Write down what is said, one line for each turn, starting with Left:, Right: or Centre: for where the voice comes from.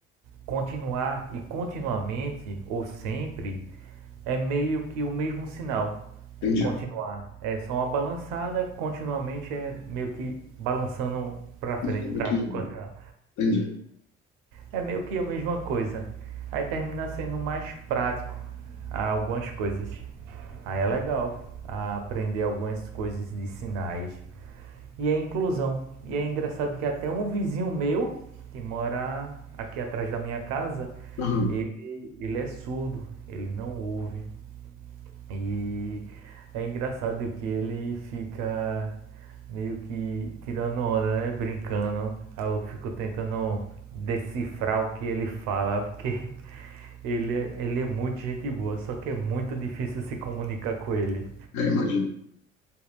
Right: Continuar e continuamente ou sempre é meio que o mesmo sinal. É
Left: Entendi.
Right: continuar é só uma balançada, continuamente é meio que balançando para frente
Left: Muda um
Right: para
Left: pouquinho.
Right: continuar.
Left: Entendi.
Right: É meio que a mesma coisa. Aí termina sendo mais prático algumas coisas. Aí é legal aprender algumas coisas de sinais e a inclusão. E é engraçado que até um vizinho meu, que mora aqui atrás da minha casa,
Left: Aham,
Right: ele, ele é surdo, ele não ouve. E é engraçado que ele fica meio que tirando onda, né? Brincando. Aí eu fico tentando decifrar o que ele fala, porque <laughs> ele é, ele é muito gente boa, só que é muito difícil se comunicar com ele.
Left: É, imagino.